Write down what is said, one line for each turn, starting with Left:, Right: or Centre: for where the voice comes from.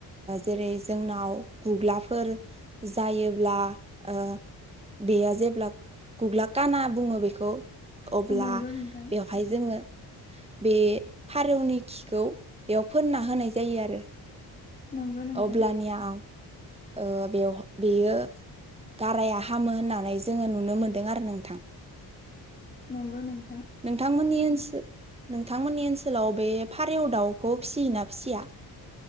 Right: जेरै जोंनाव गुग्लाफोर जायोब्ला ओ बेया जेब्ला गुग्ला खाना बुङो बेखौ अब्ला
Left: नंगौ नोंथां
Right: बेवहाय जोङो बे फारौनि खिखौ बेयाव फोनना होनाय जायोआरो
Left: नंगौ नोंथां
Right: अब्लानिया ओ बेयाव बेयो गाराया हामो होननानै जोङो नुनो मोनदों आरो नोंथां
Left: नंगौ नोंथां
Right: नोंथांमोननि ओनसो नोंथांमोननि ओनसोलाव बे फारेव दाउखौ फिसियोना फिसिया